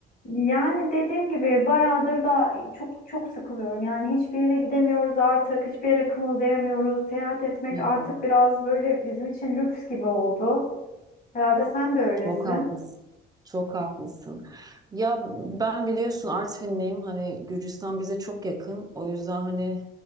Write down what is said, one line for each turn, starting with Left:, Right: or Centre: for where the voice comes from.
Left: Yani dediğim gibi bayağıdır da çok çok sıkılıyorum. Yani hiçbir yere gidemiyoruz artık, hiçbir yere kımıldayamıyoruz. Seyahat etmek
Right: Ya
Left: artık biraz böyle bizim için lüks gibi oldu. Herhalde sen de öylesin.
Right: çok haklısın. Çok haklısın. Ya ben biliyorsun Artvinliyim. Hani Gürcistan bize çok yakın. O yüzden hani